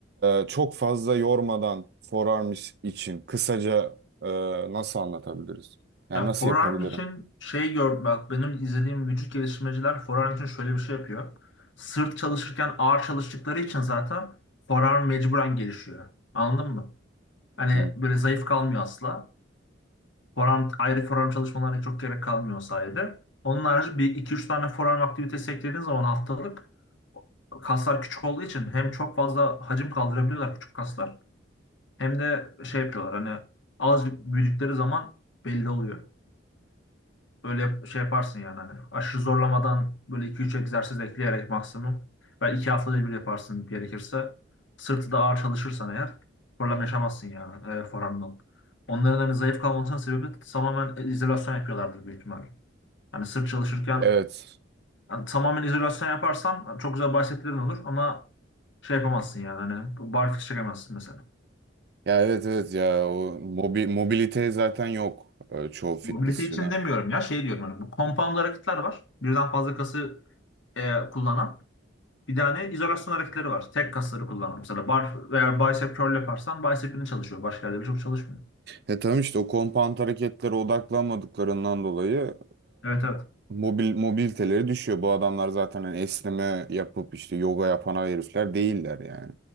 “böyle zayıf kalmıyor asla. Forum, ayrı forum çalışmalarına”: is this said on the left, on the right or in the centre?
Left